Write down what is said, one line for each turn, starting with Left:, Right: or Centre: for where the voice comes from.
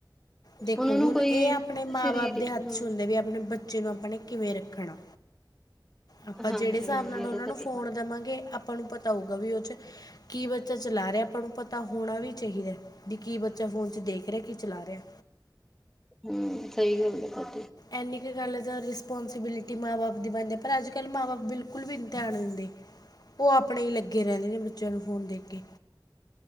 Left: ਦੇਖੋ
Centre: ਉਹਨਾਂ ਨੂੰ
Left: ਹੁਣ
Centre: ਕੋਈ
Left: ਇਹ ਆਪਣੇ ਮਾਂ-ਬਾਪ
Centre: ਸਰੀਰ ਹਮ
Left: ਦੇ ਹੱਥ ਚ ਹੁੰਦਾ ਵੀ ਆਪਣੇ ਬੱਚੇ ਨੂੰ ਆਪਾਂ ਨੇ ਕਿਵੇਂ ਰੱਖਣਾ ਆਪਾਂ
Centre: ਹਾਂਜੀ
Left: ਜਿਹੜੇ ਹਿਸਾਬ
Centre: ਹਾਂਜੀ
Left: ਨਾਲ
Centre: ਇਹਦਾ
Left: ਉਹਨਾਂ
Centre: ਤਾਂ
Left: ਨੂੰ ਫੋਨ
Centre: ਠੀਕ
Left: ਦਵਾਂਗੇ ਆਪਾਂ ਨੂੰ ਪਤਾ ਹੋਊਗਾ ਵੀ ਉਹ ਚ ਕੀ ਬੱਚਾ ਚਲਾ ਰਿਹਾ ਆਪਾਂ ਨੂੰ ਪਤਾ ਹੋਣਾ ਵੀ ਚਾਹੀਦੈ ਵੀ ਕੀ ਬੱਚਾ ਫੋਨ ਚ ਦੇਖ ਰਿਹਾ ਕੀ ਚਲਾ ਰਿਹਾ
Centre: ਹੂੰ ਸਹੀ ਗੱਲ ਐ ਤੁਹਾਡੀ
Left: ਇੰਨੀ ਕ ਗੱਲ ਐ ਤਾਂ ਰਿਸਪੋਂਸੀਬਿਲਿਟੀ ਮਾਂ ਬਾਪ ਦੀ ਬਣਦੀ ਆ ਪਰ ਅੱਜ ਕੱਲ ਮਾਂ ਬਾਪ ਬਿਲਕੁਲ ਵੀ ਧਿਆਨ ਨੀ ਦਿੰਦੇ, ਉਹ ਆਪਣੇ ਹੀ ਲੱਗੇ ਰਹਿੰਦੇ ਨੇ ਬੱਚਿਆਂ ਨੂੰ ਫੋਨ ਦੇ ਕੇ